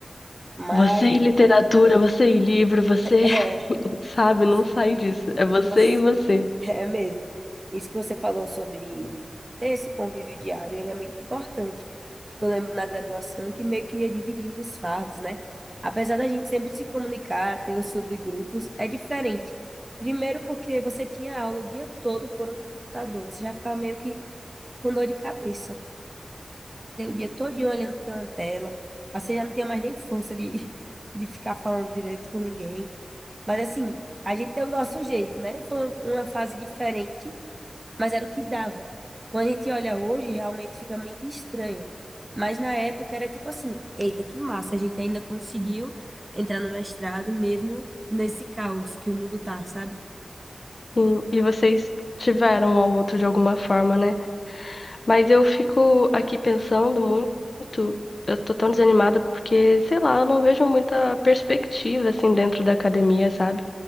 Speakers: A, on the right; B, on the left.
A: Mas
B: você e literatura, você e livro, você.
A: é,
B: Sabe,
A: isso
B: não sai
A: que
B: disso. É você
A: você,
B: e você.
A: <laughs> É mesmo. Isso que você falou sobre ter esse convívio diário, ele é muito importante. Porque eu lembro na graduação que meio que ia dividindo os fardos, né? Apesar da gente sempre se comunicar, ter os subgrupos, é diferente. Primeiro porque você tinha aula o dia todo por um computador, você já ficava meio que com dor de cabeça. Ter o dia todinho olhando para uma tela, aí você já não tinha mais nem força de, <laughs> de ficar falando direito com ninguém. Mas assim, a gente deu o nosso jeito, né? Foi uma uma fase diferente mas era o que dava. Quando a gente olha hoje, realmente fica muito estranho. Mas na época era tipo assim, eita, que massa, a gente ainda conseguiu entrar no mestrado mesmo nesse caos que o mundo tá, sabe?
B: Sim, e vocês tiveram um ao outro de alguma forma, né? Mas eu fico aqui pensando muito, eu tô tão desanimada porque, sei lá, eu não vejo muita perspectiva assim dentro da academia, sabe?